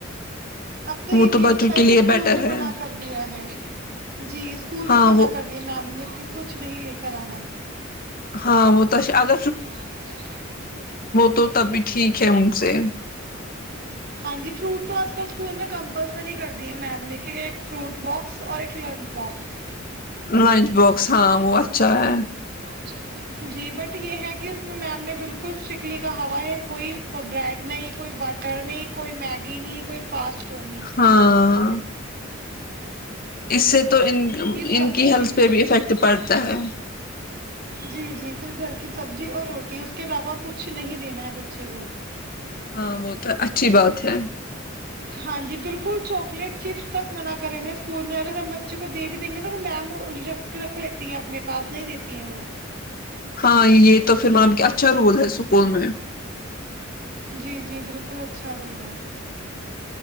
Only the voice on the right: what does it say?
اب تو یہ
بھی
اچھا ہے
کہ اسکول
میں منع
کر دیا ہے جی اسکول
میں منع
کر دیا میم نے کچھ نہیں لکھا <unintelligible> کرانا
ب
ہے فروٹ توج کل اسکول میں کمپلسری کر دی ہے میم نے کہ ایک فروٹ باکس اور ایک لنچ باکس
چ جی بٹ یہ ہے کہ ا س میں میم نے بالکل اسٹکلی کا ہوا ہے کوئی بریڈ نہیں کوئی بٹر نہیں کوئی میگی نہیں کوئی فاسٹ پورنے
سبزی
جی جی پھر گھر کی سبزی اور روٹی اس کے علاوہ کچھ نہیں دینا ہے بچے کو
ہاں جی بالکل چواکلیٹ چپس تک منع کرے ہوئے ہیں اسکول میں اگر ہم بچوں کو دے بھی دیں گے نا تو میمکھ رکھ لیتی ہیں اپنے پاس نہیں دیتی ہیں وہو۔
جی جی بالکل اچھا رول ہے